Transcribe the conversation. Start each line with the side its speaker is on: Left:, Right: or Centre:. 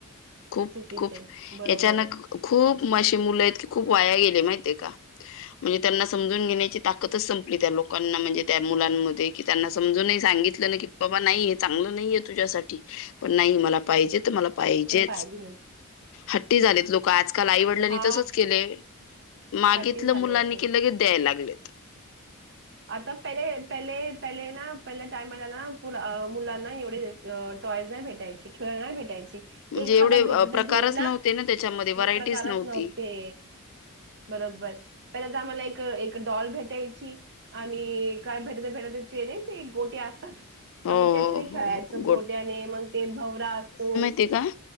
Left: खूप
Right: चुकीच
Left: खूप
Right: आहे बरोबर
Left: याचानक
Right: आहे
Left: खूप मशी मुलं आहेतत खूप वाया गेले माहित आहे का. म्हणजे त्यांना समजून घेण्याची ताकदच संपली त्या लोकांना म्हणजे त्या मुलांमध्ये. की त्यांना समजूनही सांगितलं नाही की बाबा नाही हे चांगलं नाहीये तुझ्यासाठी. पण नाही मला पाहिजे तर मला पाहिजेत.
Right: पाहिजेच.
Left: हट्टी झालेत लोक आजकाल आईवडलांनी
Right: हा
Left: तसच केले. मागितलं
Right: साठी झाले
Left: मुलांनी
Right: याचं.
Left: की लगेच द्याय लागले. <inaudible>
Right: आता पले पले पहिले ना पहिल्या टायमला ना मुलांना एवढे अ टॉयज नाही भेटयची, खेळ नाही भेटायची.
Left: म्हणजे
Right: एखादा
Left: एवढे
Right: भेटला
Left: अ प्रकारच
Right: तर भेटला
Left: नव्हते ना त्याच्यामध्ये व्हरायटीच
Right: प्रकारच
Left: नव्हती.
Right: नव्हते. बरोबर पहिले तर आम्हाला एक एक डॉल भेट टायची आणि काय भेटत भेटत चेर आहे ते गोटी असतात
Left: हो
Right: आम्ही त्याच्याने
Left: हो
Right: खेळायच
Left: हो हो
Right: घोट्याने मग ते भवरा असतो.
Left: ते काय.